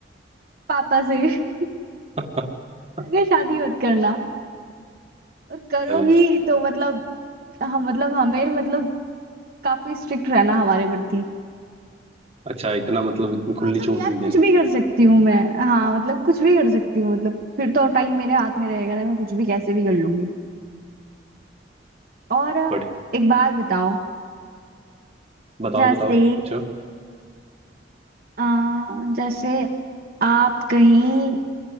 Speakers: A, on the right; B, on the right.
A: पापा से <laughs>
B: <laughs>
A: अगर शादी मत करना और करोगी
B: अरे
A: तो मतलब हम मतलब हमें मतलब काफी स्ट्रिक्ट रहना हमारे प्रति
B: अच्छा इतना मतलब इतनी
A: तो
B: खुली
A: मतलब
B: छूट
A: यार
B: नहीं देनी
A: कुछ भी कर सकती हूँ मैं हाँ मतलब कुछ भी कर सकती हूँ मतलब फिर तो टाइम मेरे हाथ में रहेगा ना मैं कुछ भी कैसे भी कर लूंगी और अ,
B: बट
A: एक बात बताओ
B: बताओ
A: जैसे
B: बताओ पूछो
A: अ, जैसे आप कहीं